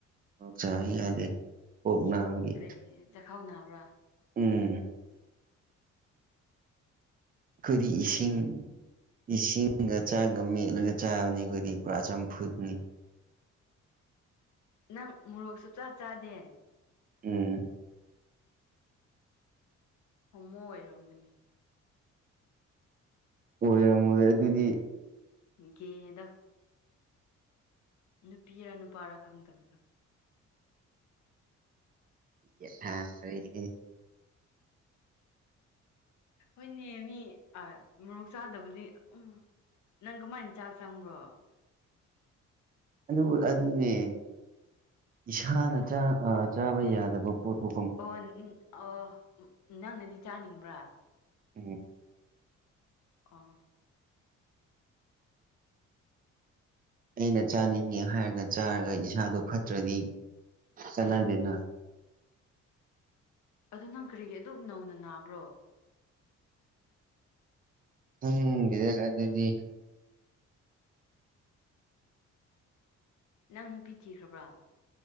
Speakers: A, on the right; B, on the left.
A: ꯑꯣꯛ ꯆꯥ ꯌꯥꯗꯦ ꯑꯣꯛ ꯅꯥꯕꯒꯤ
B: ꯀꯔꯤ ꯆꯈꯥꯎ ꯅꯥꯕ꯭ꯔꯥ
A: ꯎꯝ ꯈꯣꯏꯗꯤ ꯏꯁꯤꯡ
B: ꯀꯔꯤ
A: ꯏꯁꯤꯡꯒ ꯆꯥꯒ ꯃꯦꯠꯂꯒ ꯆꯥꯕꯅꯤ ꯈꯣꯗꯤ ꯄꯨꯔꯥ ꯆꯝ ꯐꯨꯠꯅꯤ
B: ꯅꯪ ꯃꯣꯔꯣꯛ ꯁꯨꯞ ꯆꯥ ꯆꯥꯗꯦ
A: ꯎꯝ
B: ꯍꯣꯃꯣ ꯑꯣꯏꯔꯝꯒꯅꯤ
A: ꯑꯣꯏꯔꯝꯃꯣꯏꯌꯦ ꯑꯗꯨꯗꯤ
B: ꯒꯦꯗꯣ ꯅꯨꯄꯤꯔ ꯅꯨꯄꯥꯔ ꯈꯪꯗꯕꯗꯣ
A: <unintelligible>
B: ꯍꯣꯏꯅꯦ ꯃꯤ ꯑ ꯃꯣꯔꯣꯛ ꯆꯥꯗꯕꯗꯤ ꯎꯝ ꯅꯪ ꯀꯃꯥꯏꯟ ꯆꯥꯛ ꯆꯪꯕ꯭ꯔꯣ
A: ꯑꯗꯨ ꯑꯗꯨꯅꯦ ꯏꯁꯥꯅ ꯆꯥ ꯑ ꯆꯥꯕ ꯌꯥꯗꯕ ꯄꯣꯠꯄꯨ
B: ꯑꯣ ꯑꯥ ꯅꯪꯅꯗꯤ ꯆꯥꯅꯤꯡꯕ꯭ꯔꯥ
A: ꯎꯝ
B: ꯑ
A: ꯑꯩꯅ ꯆꯥꯅꯤꯡꯉꯦ ꯍꯥꯏꯔꯒ ꯆꯥꯔꯒ ꯏꯁꯥꯗꯣ ꯐꯠꯇ꯭ꯔꯗꯤ ꯆꯠꯅꯗꯦꯅ
B: ꯑꯗꯨ ꯅꯪ ꯀꯔꯤꯒꯤ ꯑꯗꯨ ꯅꯧꯅ ꯅꯥꯕ꯭ꯔꯣ
A: <unintelligible> ꯑꯗꯨꯗꯤ
B: ꯅꯪ ꯅꯨꯄꯤ ꯊꯤꯈ꯭ꯔꯕ꯭ꯔꯥ